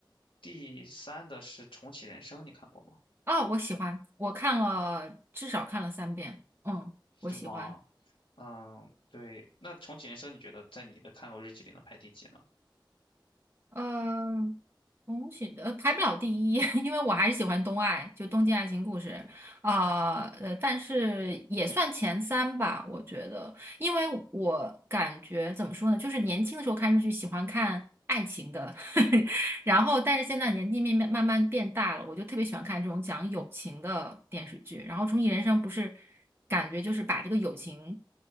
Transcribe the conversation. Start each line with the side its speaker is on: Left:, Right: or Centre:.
Left: 第三的是重启人生，你看过吗？
Right: 哦，我喜欢，我看了至少看了三遍，嗯，
Left: 是吗？
Right: 我喜欢。
Left: 嗯，对。那重启人生，你觉得在你的看过日记里能排第几呢？
Right: 嗯，重启的呃排不了第一，<laughs> 因为我还是喜欢东爱，就《东京爱情故事》啊，呃，但是也算前三吧，我觉得，因为我感觉怎么说呢，就是年轻的时候看日剧喜欢看爱情的，<laughs> 然后但是现在年纪慢慢慢慢变大了，我就特别喜欢看这种讲友情的电视剧，然后《重启人生》不是感觉就是把这个友情